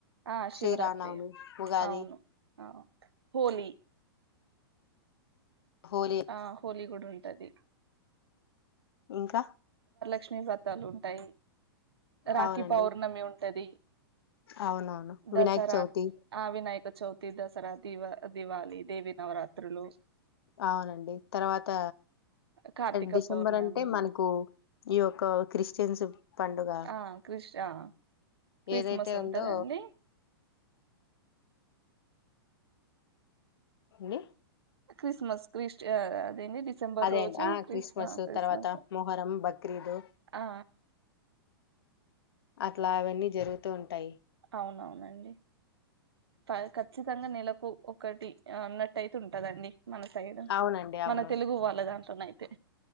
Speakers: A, on the right (about 80°); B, on the left (about 75°).
A: ఆ శివరాత్రి
B: శ్రీరామనవమి, ఉగాది,
A: అవును ఆ హోళ
B: హోలీ
A: ఆ హోలీ కూడా ఉంటది
B: ఇంకా
A: క్ష్ీ వాతాలు ఉంటాయి రాఖీ
B: అవునండి.
A: పౌర్ణమి ఉంటది
B: అవునవును.
A: దసరా
B: వినాయక చవితి
A: ఆ వినాయక చౌతి దసరా దివ దివాళి దేవి నవరాత్రులు
B: అవునండి తర్వాత
A: కార్తీక
B: డిసెంబర్
A: పౌర్ణమి
B: అంటే మనకు ఈయ ఒకక్క క్రిస్టియన్స్ పండుగ
A: ఆ క్రిష్ ఆ క్రిస్మస్
B: ఏదైతే
A: ఉంటదండి
B: ఉందో ఏ
A: క్రిస్మస్ క్రిస్ అదేంది డిసెంబర్
B: అదేండి
A: రోజు
B: ఆ క్రిస్మస్
A: క్రిస్మస్
B: తర్వాత మొహరం బక్రీదు
A: ఆ
B: అట్ల అవన్నీ జరుగుతూ ఉంటాయి
A: అవునవునండి ప ఖచ్చితంగా నెలకు ఒకటి అన్నట్టతే ఉంటదండి మన సైడ్
B: అవునండి. అవును.
A: మన తెలుగు వాళ్ళగాని అయితే